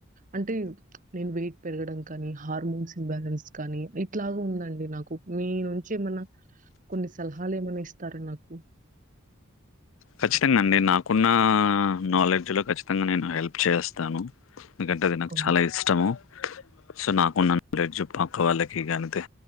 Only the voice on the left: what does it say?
ఖచ్చితంగా అండి నాకున్న నాలెడ్జ్లో ఖచ్చితంగా నేను హెల్ప్ చేస్తాను ఎందుకంటే అది నాకు
చాలా ఇష్టము సో నాకు ఉన్న లేట్ చుప్పు అక్క వాళ్ళ దగ్గరకి గాని ఏళితే